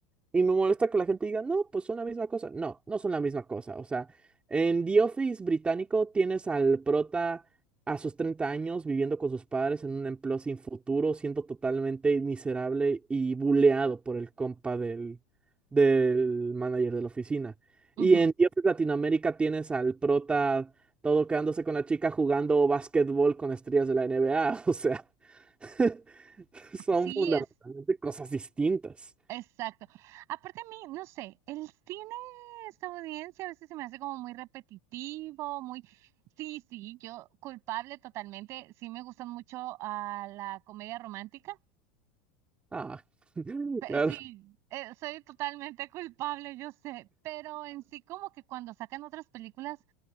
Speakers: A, on the right; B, on the right.
A: y me molesta que la gente diga, no, pues son la misma cosa. No, no son la misma cosa. O sea, en The Office británico tienes al prota a sus 30 años viviendo con sus padres en un empleo sin futuro, siendo totalmente miserable y buleado por el compa del, del manager de la oficina.
B: ujú.
A: Y en The Office Latinoamérica tienes al prota todo quedándose con la chica jugando básquetbol con estrellas de la NBA. <laughs> O sea, <laughs> son
B: Sí
A: fundamentalmente
B: es.
A: cosas distintas.
B: Exacto. Aparte a mí, no sé, el cine estadounidense a veces se me hace como muy repetitivo, muy... Sí, sí, yo culpable totalmente. Sí me gustan mucho a la comedia romántica.
A: Ah, <laughs>
B: Pe-
A: claro.
B: sí, eh, soy totalmente culpable, yo sé, pero en sí como que cuando sacan otras películas